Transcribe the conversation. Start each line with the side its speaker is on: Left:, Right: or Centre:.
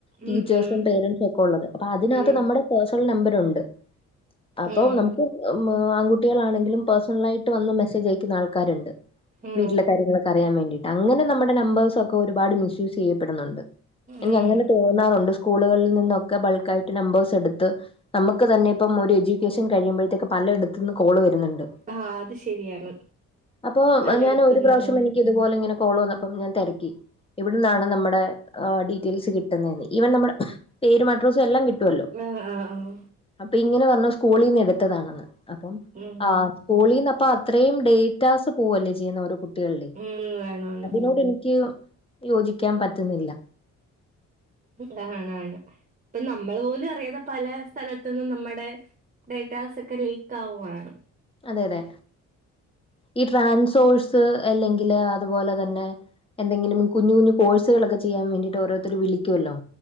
Left: ടീച്ചേഴ്സും
Right: ഉം ഉം
Left: പേരൻ്റസും ഒക്കെ ഉള്ളത് അപ്പൊ അതിനാത്ത്
Right: ഉം
Left: നമ്മുടെ പേഴണൽ നമ്പരൊണ്ട് അപ്പോ
Right: ഉം
Left: നമ ആൺകുട്ടികളാണെങ്കിലും പേഴ്സണലായിട്ട് വന്ന് മെസ്സേജ് അയക്കുന്ന ആൾക്കാരുണ്ട്
Right: ഉം
Left: വീട്ടിലെ കാര്യങ്ങളൊക്കെ അറിയാൻ വേണ്ടിയിട്ട് അങ്ങനെ നമ്മുടെ നമ്പേഴ്സ് ഒക്കെ ഒരുപാട് മിസ് യുസ് ചെയ്യപ്പെടുന്നുണ്ട് എനിക്ക്
Right: ഉം.
Left: അങ്ങനെ തോന്നാറുണ്ട് സ്കൂളുകളിൽ നിന്നൊക്കെ ബൾക്കായിട്ട് നമ്പേഴ്സ് എടു ത്ത് നമുക്ക് തന്നെ ഇപ്പം ഒരു എഡ്യൂക്കേഷൻ കഴിയുമ്പോഴത്തേക്കാ പലയിടത്തു നിന്ന് കോള് വരുന്നുണ്ട്
Right: ആ അത് ശരിയാണ്
Left: അപ്പൊ
Right: പലയിടത്തുനിന്ന്
Left: ഞാന് ഒരു പ്രാവശ്യം എനി ഇതുപലെങ്ങനെ കോള് വന്നപ്പം ഞാൻ തിരക്കി എവിടുന്നാണ് നമ്മുടെ ഡീറ്റെയിൽസ് കിട്ടുന്നെന്ന് ഈവൻ നമ്മുടെ പേരും അഡ്രസ്സും എല്ലാം കിട്ടുമല്ലോ
Right: ആഹ് ആഹ് ആഹ്
Left: അപ്പൊ ഇങ്ങനെ പറഞ്ഞു സ്കൂളിന്ന് എടുത്തതാണെന്ന് അപ്പം
Right: ഉം
Left: ആഹ് സ്കൂളീന്നപ്പ അത്രയും ഡേറ്റാസ് പോവല്ലേ ചെയ്യുന്നെ കു കുട്ടികളിലെ
Right: ഉം വേണമാണ്
Left: അതിനോട് എനിക്ക് യോജിക്കാൻ പറ്റുന്നില്ല
Right: തണാണ് ഇപ്പൊ നമ്മൾ പോലും അറിയാതെ പല സ്ഥലത്തുന്നും നമ്മടെ ഡേറ്റാസ് ഒക്കെ ലീക്ക് ആവുവാണ്
Left: അതെ അതെ ഈ ട്രാൻസോഴ്സ് അല്ലെങ്കില് അതുപോലെ തന്നെ എന്തെങ്കിലും കുഞ്ഞു കുഞ്ഞു കോഴ്സുകളൊക്കെ ചെയ്യാൻ വേണ്ടിട്ട് ഓരോരുത്തർ വിളിക്കുവല്ലോ